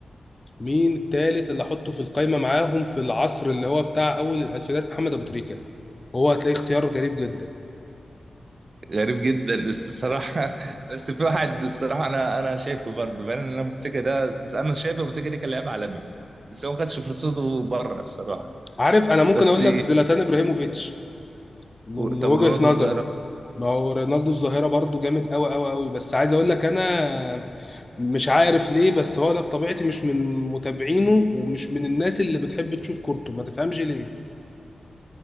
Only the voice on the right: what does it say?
غريب جدا بس الصراحه <laughs> بس في واحد الصراحه انا انا شايفه برضه بان انا بتريكا ده بس انا شايفه بتريكا ده كان لاعب عالمي بس هو ما خدش فرصته بره الصراحه
بس
و- طب
رونالدو
الظاهره